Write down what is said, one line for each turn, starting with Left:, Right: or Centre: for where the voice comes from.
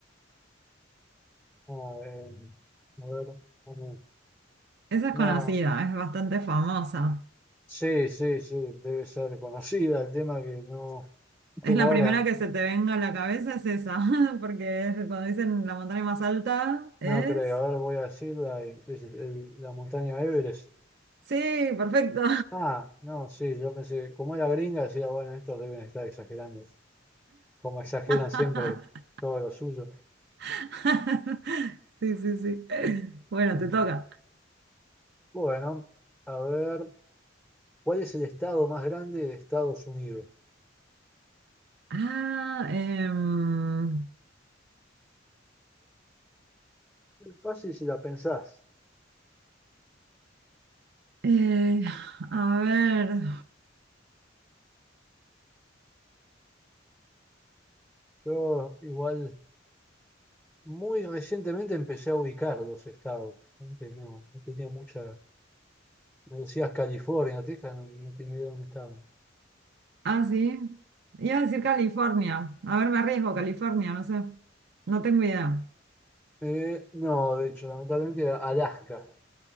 Centre: Ah, eh, a ver, a ver.
Right: Esa es
Centre: no.
Right: conocida, es bastante famosa.
Centre: Sí, sí, sí, debe ser conocida. El tema que no
Right: Es
Centre: tengo
Right: la
Centre: ahora,
Right: primera que se te venga a la cabeza, es esa, <laughs> porque es- cuando dicen la montaña más alta es...
Centre: no creo. Ahora voy a decirla, y- ¿qué es el- el- la montaña Everest.
Right: Sí, perfecto.
Centre: Ah, no, sí, yo pensé, como era gringa, decía, bueno, estos deben estar exagerando, como exageran
Right: <laughs>
Centre: siempre todo lo suyo.
Right: <laughs> Sí, sí, sí. Bueno,
Centre: Y,
Right: te toca.
Centre: Bueno, a ver, ¿cuál es el estado más grande de Estados Unidos?
Right: Ah, em,
Centre: Es Fácil si la pensás.
Right: eh, a ver.
Centre: Yo igual muy recientemente empecé a ubicar los estados. Antes no, no tenía mucha Me decías California, Texas, no, no tenía idea de dónde estaba.
Right: Ah, sí. Iba a decir California. A ver, me arriesgo, California, no sé. No tengo idea.
Centre: Eh, no, de hecho, lamentablemente Alaska.